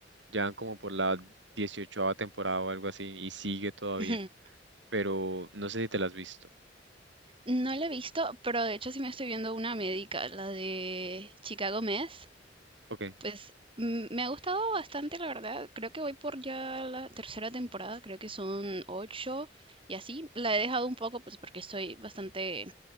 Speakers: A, on the right (about 80°); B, on the right (about 30°).
A: ya van como por la 18 temporada o algo así, y sigue todavía,
B: <laughs>
A: pero no sé si te la has visto.
B: no la he visto, pero de hecho sí me estoy viendo una médica, la de Chicago Med.
A: Ok.
B: Pues mm, me ha gustado bastante, la verdad. Creo que voy por ya la tercera temporada, creo que son ocho y así. La he dejado un poco, pues porque estoy bastante